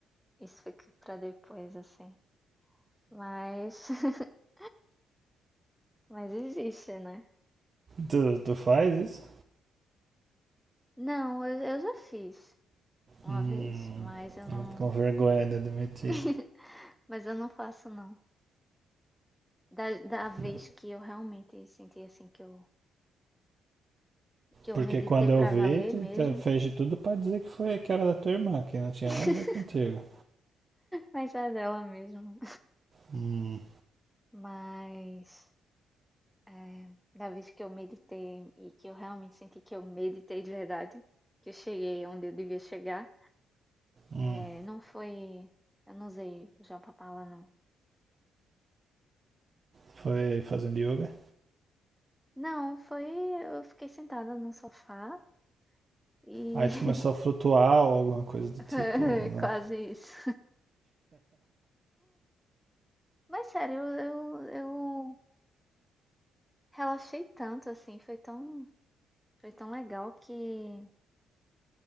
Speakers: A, in the centre; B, on the right.
A: isso fique pra depois, assim. Mas. <laughs> mas existe, né?
B: Tu, tu faz isso?
A: Não, eu, eu já fiz uma
B: Hum,
A: vez, mas eu não.
B: com vergonha de admitir.
A: <laughs> Mas eu não faço, não. Da, da vez
B: né?
A: que eu realmente senti assim que eu, que eu
B: Porque
A: meditei
B: quando
A: pra
B: eu vi,
A: valer
B: tu
A: mesmo,
B: fez de tudo pra dizer que foi que era da tua irmã, que não tinha
A: <laughs>
B: nada a ver contigo.
A: mas é dela mesmo.
B: Hum,
A: Mas é, da vez que eu meditei e que eu realmente senti que eu meditei de verdade, que eu cheguei onde eu devia chegar,
B: hum.
A: é, não foi. Eu não usei o Japapala, não.
B: Foi fazendo yoga?
A: Não, foi. Eu fiquei sentada no sofá e.
B: Aí tu começou a flutuar ou alguma coisa do
A: <laughs>
B: tipo. ou não.
A: quase isso. Mas sério, eu, eu, eu Relaxei tanto, assim, foi tão foi tão legal que